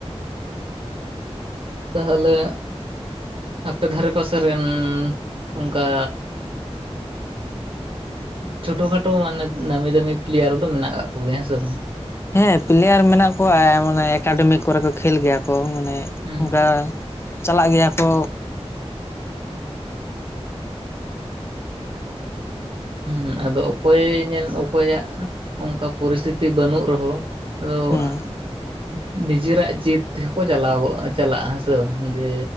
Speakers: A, on the right; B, on the left.
A: ᱛᱟᱦᱚᱞᱮ ᱟᱯᱮ ᱫᱷᱟᱨᱮ ᱯᱟᱥᱮ ᱨᱮᱱ ᱚᱜᱠᱟ ᱪᱷᱳᱴᱳ ᱠᱷᱟᱴᱳ ᱢᱟᱱᱮ ᱱᱟᱢᱤ ᱫᱟᱹᱢᱤ ᱯᱞᱮᱭᱟᱨ ᱫᱚ ᱢᱮᱱᱟᱜ ᱠᱟᱜ ᱠᱚᱜᱮᱭᱟ ᱦᱮᱸ ᱥᱮ ᱵᱟᱝ?
B: ᱦᱮᱸ ᱯᱞᱮᱭᱟᱨ ᱢᱮᱱᱟᱜ ᱠᱚᱣᱟ ᱢᱟᱱᱮ ᱮᱠᱟᱰᱮᱢᱤ ᱠᱚᱨᱮ ᱠᱚ ᱠᱷᱮᱹᱞ ᱜᱮᱭᱟ ᱠᱚ ᱢᱟᱱᱮ᱾
A: ᱦᱩᱸ
B: ᱚᱝᱠᱟ ᱪᱟᱞᱟᱜ ᱜᱮᱭᱟ ᱠᱚ᱾
A: ᱦᱩᱸ, ᱟᱫᱚ ᱚᱠᱚᱭᱮ ᱧᱮᱞ ᱚᱠᱚᱭᱟᱜ ᱚᱝᱠᱟ ᱯᱚᱨᱤᱥᱛᱷᱤᱛᱤ ᱵᱟᱹᱱᱩᱜ ᱨᱮᱦᱚᱸ᱾ <unintelligible>
B: ᱦᱩᱸ
A: ᱱᱤᱡᱮᱨᱟᱜ ᱡᱮᱫᱽ ᱛᱮᱦᱚᱸ ᱠᱚ ᱪᱟᱞᱟᱣᱟ ᱪᱟᱞᱟᱜ-ᱟ ᱦᱮᱸ ᱥᱮ ᱵᱟᱝ ᱡᱮ,